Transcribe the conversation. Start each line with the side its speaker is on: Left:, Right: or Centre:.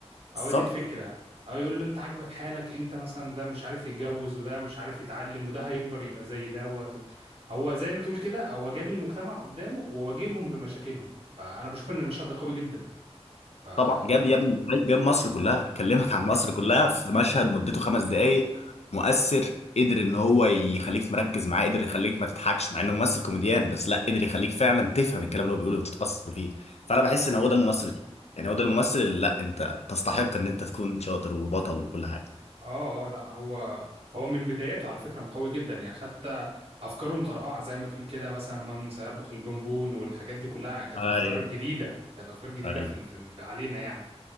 Left: بالظبط
Right: هو دي الفكرة او يقول له انت عاجبك حالك انت مثلا ده مش عارف يتجوز وده مش عارف يتعلم وده هيكبر يبقى زي دوت هو زي ما تقول كده هو جاب المجتمع قدامه وواجههم بمشاكلهم فانا بشوف ان المشهد ده قوي جدا ف ده
Left: طبعا جاب يا ابني جاب مصر كلها كلمك عن مصر كلها في مشهد مدته خمس دقايق مؤثر قدر ان هو يخليك مركز معاه قدر يخليك ما تضحكش مع انه ممثل كوميديان بس لا قدر يخليك فعلا تفهم الكلام اللي هو بيقوله وتتأثر بيه فانا بحس
Right: حقيقي.
Left: ان هو ده الممثل يعني هو ده الممثل اللي لا انت تستحق ان انت تكون شاطر وبطل وكل حاجه
Right: اه اه لا هو هو من بداياته على فكرة قوي جدا يعني حتى افكاره مطرقعة زي ما تقول كده مثلا من سيربح البونبون والحاجات دي كلها كانت افكار
Left: ايوه
Right: جديدة كانت افكار جديدة
Left: ايوه
Right: في ال- في ال- في علينا يعني